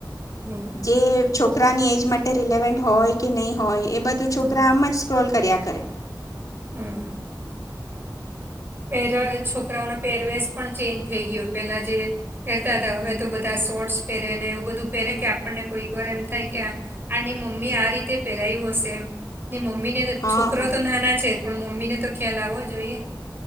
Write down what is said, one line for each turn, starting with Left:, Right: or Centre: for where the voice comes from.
Right: હમ
Left: જે <inaudible> છોકરાની એજ માટે રિલેવન્ટ હોય કે નહીં હોય. એ બધું
Right: હમ
Left: છોકરા આમ જ સ્ક્રોલ કર્યા કરે.
Right: હમ. પહેર છોકરાઓનો પહેરવેશ પણ ચેન્જ થઈ ગયો પેલા જે પહેરતા હતા હવે તો બધા શોર્ટસ પહેરે ને એવું બધું પહેરે કે આપણને કોઈક વાર એમ થાય કે આની મમ્મી આ રીતે પહેરાયું હશે એમ મમ્મી મમ્મી ને
Left: હા
Right: છોકરો
Left: હા
Right: તો નાના છે પણ મમ્મ મમ્મી ને તો ખ્યાલ આવવો જોઈએ.